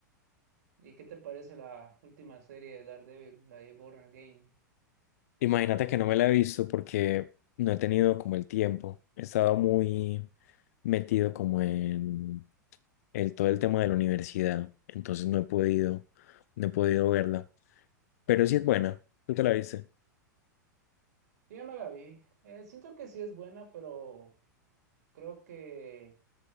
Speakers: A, on the right; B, on the left.
A: ¿y qué te parece la última serie de Daredevil, la de Born Again?
B: Imagínate que no me la he visto porque no he tenido como el tiempo. He estado muy metido como en el, todo el tema de la universidad, entonces no he podido, no he podido verla, pero sí es buena, tú te la viste.
A: Sí, ya me la vi. Eh, siento que sí es buena, pero creo que...